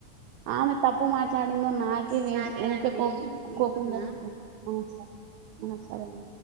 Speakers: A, on the right; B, on the right.
A: ఆమె తప్పు మాట్లాడిందో నా
B: సరే
A: ఊకే
B: అండి
A: కో
B: ఉంటున్నా
A: కోప వ సరే సరే మ